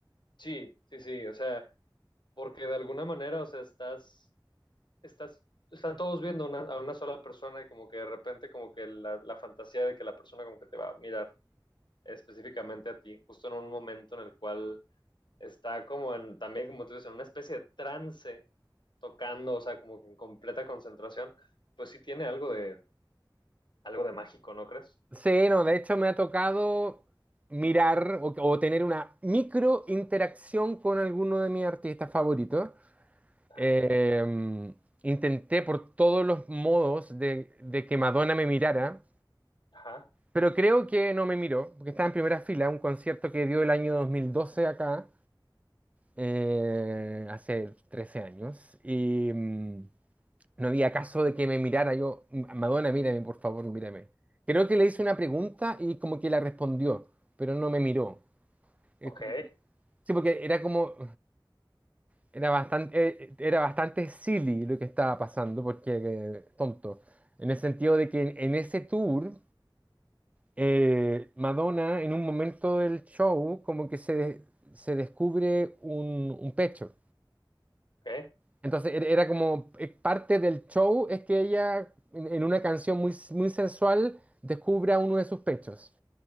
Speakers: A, on the left (about 70°); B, on the right (about 15°).
A: sí, sí, sí, o sea, porque de alguna manera, o sea, estás estás, están todos viendo una- a una sola persona y como que de repente como que la, la fantasía de que la persona como que te va a mirar específicamente a ti, justo en un momento en el cual está como en, también como tú dices, en una especie de trance tocando, o sea, como que en completa concentración, pues sí tiene algo de, algo de mágico, ¿no crees?
B: Sí, no, de hecho me ha tocado mirar o, o tener una micro interacción con alguno de mis artistas favoritos.
A: Ajá,
B: Eh, intenté por todos los modos de, de que Madonna me mirara,
A: ajá,
B: pero creo que no me miró, porque estaba en primera fila, un concierto que dio el año 2012 acá, eh, hace 13 años, y, mm, no había caso de que me mirara yo. Madonna, mírame, por favor, mírame. Creo que le hice una pregunta y como que la respondió, pero no me miró. Es
A: ok,
B: como- Sí, porque era como, era bastante, eh, era bastante silly lo que estaba pasando, porque eh, tonto. En el sentido de que en, en ese tour, eh, Madonna, en un momento del show, como que se, se descubre un un pecho.
A: ok,
B: Entonces era era como eh, parte del show es que ella en, en una canción muy, s- muy sensual descubra uno de sus pechos.